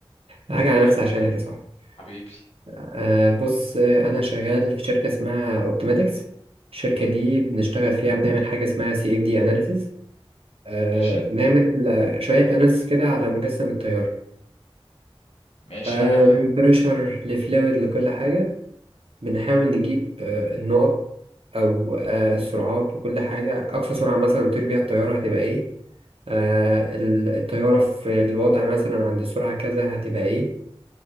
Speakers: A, on the right; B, on the left.
A: هاجي على نفسي عشانك يا صاحبي
B: حبيبي
A: أه بص آه، انا شغال في شركه اسمها اوبتيماتكس الشركه دي بنشتغل فيها بنعمل حاجه اسمها سي اف دي اناليسز أه
B: ماشي
A: نعمل آه، شويه اناليسز كده على مجسم التيار
B: ماشي
A: أه
B: حلو ده
A: من بريشر لفلويد لكل حاجه بنحاول نجيب آه، النقط أو آه، السرعات وكل حاجة أقصى سرعة مثلا تطير بيها الطيارة هتبقى إيه آه، ال- الطيارة في الوضع مثلا عند السرعة كذا هتبقى إيه